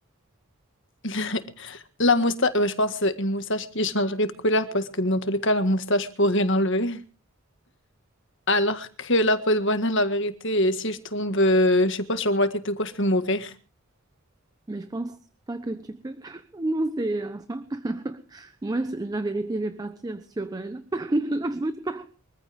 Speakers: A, on the left (about 60°); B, on the right (about 20°).
A: <laughs> La moustache, je pense euh, une moustache qui changerait de couleur parce que dans tous les cas, la moustache pourrait l'enlever. Alors que la peau de banane, la vérité, si je tombe, euh, je sais pas, sur ma tête ou quoi, je peux mourir.
B: Mais je pense pas que tu peux. <laughs> Non, c'est... euh, enfin, <laughs> moi, la vérité, je vais partir sur euh, la, <laughs> la faute pas.